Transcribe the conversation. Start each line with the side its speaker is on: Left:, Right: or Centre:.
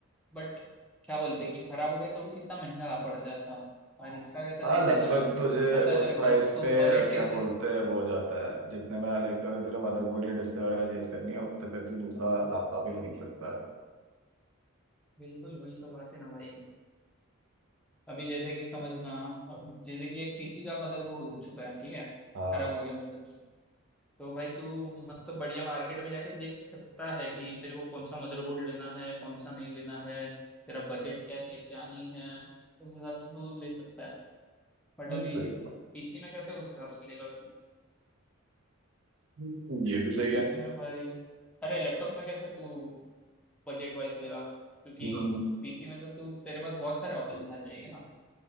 Centre: बट क्या बोलते हैं कि खराब हो गया तो भी कितना महंगा पड़ता है ऐसा और
Right: हाँ
Centre: इसका कैसा
Right: हाँ
Centre: पीसी
Right: लगभग
Centre: का
Right: तुझे
Centre: पता है
Right: उस
Centre: तेरे
Right: प्राइस
Centre: को तो
Right: पे
Centre: बजट
Right: क्या
Centre: कैसे
Right: बोलते हैं वो हो जाता है जितने में लाइक अगर तुझे मदरबोर्ड या डिस्प्ले वगैरह चेंज करनी है उतने पे तू दूसरा लैपटॉप ही खरीद सकता है
Centre: बिल्कुल वही तो बात है ना भाई अभी जैसे कि समझना अब जैसे कि एक पीसी का मदरबोर्ड उग चुका है ठीक है
Right: हाँ
Centre: खराब हो गया मतलब तो भाई तू मस्त बढ़िया मार्केट में जाके देख सकता है कि तेरे को कौन सा मदरबोर्ड लेना है कौन सा नहीं लेना है तेरा बजट क्या है क्या नहीं है उस हिसाब से तू ले सकता है बट
Right: हम्म,
Centre: अभी
Right: सही
Centre: पीसी में कैसे उस हिसाब से लेगा तू
Right: है ये भी सही
Centre: पीसी
Right: है
Centre: में भाई अरे लैपटॉप में कैसे तू बजट वाइज लेगा क्योंकि
Right: हम्म,
Centre: पीसी में तो तू तेरे पास बहुत सारे ऑप्शन आ जाएंगे ना